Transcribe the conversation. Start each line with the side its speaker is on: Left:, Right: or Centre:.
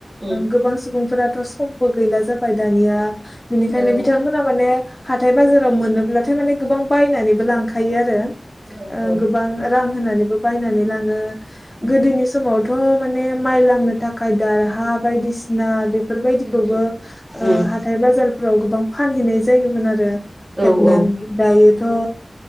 Right: उम
Left: गोबां ओ सु बुंफोराथ' समबो गैला जाबाय दानिया। बिनिखायनो
Right: गैया औ
Left: बिथांमोना माने हाथाय बाजाराव मोनोब्लाथाय माने गोबां बायनानैबो लांखायो आरो।
Right: औ
Left: ओ
Right: औ
Left: गोबां रां होनानैबो बायनानै लांङो।
Right: उम
Left: गोदोनि समाव थ माने माइ लामनो थाखाय दारहा बायदिसिना बे फोरबायदिखौबो
Right: उम उम
Left: ओ हाथाय बाजार फोराव गोबां फानहैनाय जायोमोन आरो।
Right: औ
Left: हेबनानै
Right: ओं
Left: दायोथ, ओ